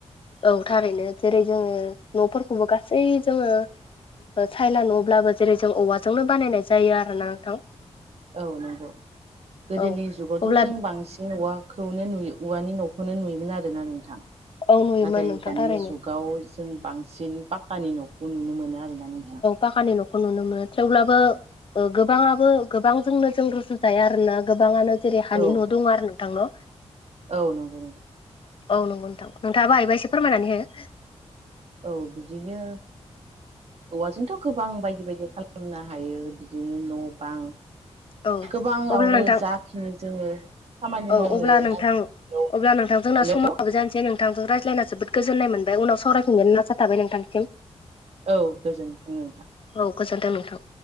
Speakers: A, on the left (about 50°); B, on the right (about 60°).
A: औ थारैनो जेरै जोङो न'फोरखौबो गासै जोङो ओ थायला न'ब्लाबो जेरै जों औवाजोंनो बानायनाय जायो आरो ना नोंथां
B: औ नंगौ गोदोनि
A: औ
B: जुगावथ'
A: अब्ला
B: जों बांसिन औवा खौनो नुयो औवानि न'खौनो नुयोमोन आरोना नोंथां
A: औ नुयोमोन
B: नाथाय
A: नोंथां
B: दानि
A: थारैनो
B: जुगाव जों बांसिन पाक्कानि न'खौ नुनो मोनो आरोना नों
A: फाखानि न'खौ नुनो मोनो थेवब्लाबो ओ गोबाङाबो गोबांजोंनो जों रुजु जाया आरोना गोबाङानो जेरै हानि
B: औ
A: न' दं आरो नोंथांल'
B: औ नंगौ
A: औ नंगौ नोंथां नोंथाङा बाहाया एसे फोरमायनानै होयो
B: औ बिदिनो औवाजोंथ' गोबां बायदि बायदि खालामनो हायो बिदिनो न' बां
A: हो औ
B: गोबाङावनो
A: अब्ला नोंथां
B: जाखियो जोङो खामानि
A: औ
B: मावनो
A: अब्ला नोंथां
B: नागिर
A: अब्ला नोंथां जोंना
B: हेलौ
A: समाबो जानोसै नों नोंथांजों रायज्लायना जोबोद गोजोननाय मोनबाय उनाव सावरायफिनगोन नासा थाबाय नोंथांसिम
B: औ गोजोनथों नोंथां
A: औ गोजोनथों नोंथां